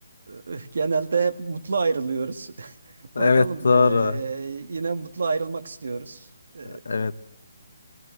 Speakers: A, on the right; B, on the left.
A: E, genelde hep mutlu ayrılıyoruz. <laughs>
B: Evet
A: Bakalım
B: doğru.
A: e, yine mutlu ayrılmak istiyoruz. E,
B: Evet.